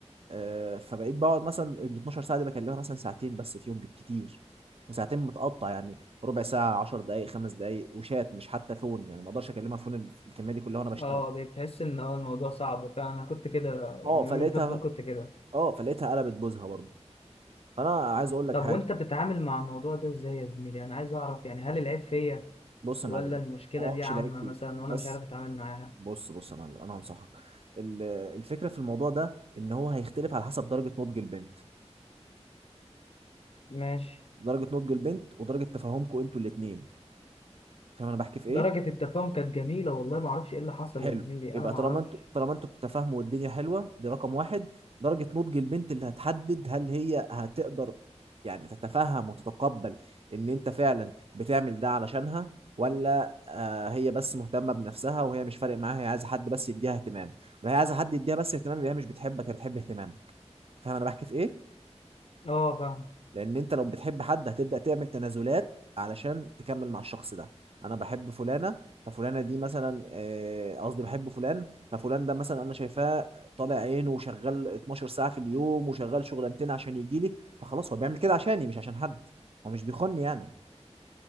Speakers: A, on the right (about 55°); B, on the left (about 55°).
A: آه، فبقيت بقعد مثلا ال 12 ساعه دي بكلمها مثلا ساعتين بس فيهم بالكتير وساعتين متقطع يعني ربع ساعه 10 دقائق خمس دقائق وشات مش حتى فون يعني ما اقدرش اكلمها فون ال- الكميه دي كلها وانا بشتغل
B: اه بتحس ان اه الموضوع صعب فعلا انا كنت كده يعني
A: اه
B: اليومين
A: فلقيتها
B: اللي فاتوا دول كنت كده
A: اه فلقيتها قلبت بوزها برضه فانا عايز اقول لك
B: طب
A: حاجه
B: وانت بتتعامل مع الموضوع ده ازاي يا زميلي انا عايز اعرف يعني هل العيب فيا
A: بص
B: ولا
A: يا معلم
B: المشكله
A: هو
B: دي
A: مش
B: عامه
A: لاقيك فيك
B: مثلا
A: بس
B: وانا مش عارف اتعامل معاها
A: بص بص يا معلم انا هنصحك ال- الفكره في الموضوع ده ان هو هيختلف على حسب درجه نضج البنت
B: ماشي
A: درجه نضج البنت ودرجه تفاهمكم انتوا الاثنين فاهم انا بحكي في
B: درجه
A: ايه
B: التفاهم كانت جميله والله ما اعرفش ايه اللي حصل
A: حلو
B: يا زميلي
A: يبقى
B: انا ما
A: طالما
B: اعرفش
A: انتوا طالما انتوا بتتفاهموا والدنيا حلوه دي رقم واحد درجه نضج البنت اللي هتحدد هل هي هتقدر يعني تتفهم وتتقبل ان انت فعلا بتعمل ده علشانها ولا آه هي بس مهتمه بنفسها وهي مش فارق معاها هي عايزه حد بس يديها اهتمام ولا هي عايزه حد يديها بس اهتمام يبقى هي مش بتحبك هي بتحب اهتمامك فاهم انا بحكي في ايه؟
B: اه فاهم
A: لان انت لو بتحب حد هتبدا تعمل تنازلات علشان تكمل مع الشخص ده انا بحب فلانه ففلانه دي مثلا آه، قصدي بحب فلان ففلان ده مثلا انا شايفاه طالع عينه وشغال 12 ساعه في اليوم وشغال شغلانتين عشان يجي لي فخلاص هو بيعمل كده عشاني مش عشان حد هو مش بيخوني يعني